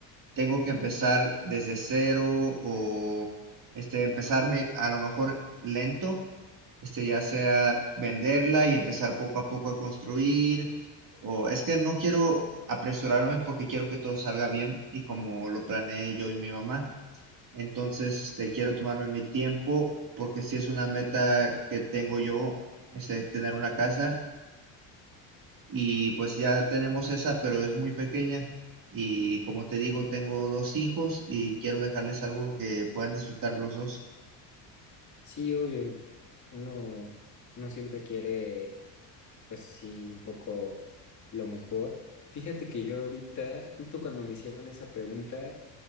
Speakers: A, on the right; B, on the left.
A: tengo que empezar desde cero o este, empezarme a lo mejor lento, este, ya sea venderla y empezar poco a poco a construir, o es que no quiero apresurarme porque quiero que todo salga bien y como lo planeé yo y mi mamá. Entonces, este, quiero tomarme mi tiempo porque si es una meta que tengo yo, este, tener una casa y pues ya tenemos esa, pero es muy pequeña. Y como te digo, tengo dos hijos y quiero dejarles algo que puedan disfrutar los dos.
B: Sí, obvio, uno, uno siempre quiere, pues sí, un poco lo mejor. Fíjate que yo ahorita, justo cuando me hicieron esa pregunta,